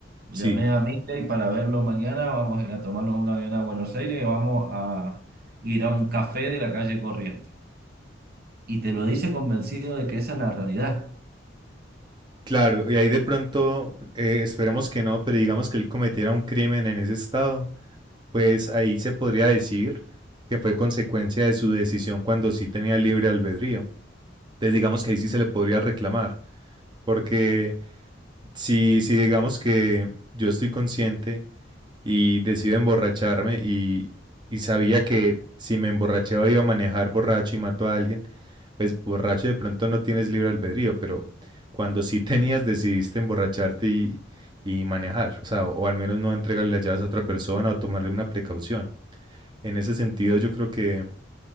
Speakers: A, on the right (about 55°); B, on the right (about 25°).
A: Llamé
B: sí.
A: a Milei para verlo mañana, vamos a tomarnos un avión a Buenos Aires y vamos a ir a un café de la calle Corriente. Y te lo dice convencido de que esa es la realidad.
B: Claro, y ahí de pronto, eh, esperemos que no, pero digamos que él cometiera un crimen en ese estado, pues ahí se podría decir que fue consecuencia de su decisión cuando sí tenía libre albedrío. Entonces digamos que ahí sí se le podría reclamar. Porque si, si digamos que yo estoy consciente y decido emborracharme y, y sabía que si me emborrachaba iba a manejar borracho y mato a alguien, pues borracho de pronto no tienes libre albedrío, pero cuando sí <laughs> tenías decidiste emborracharte y, y manejar, o sea, o al menos no entregarle las llaves a otra persona o tomarle una precaución. En ese sentido yo creo que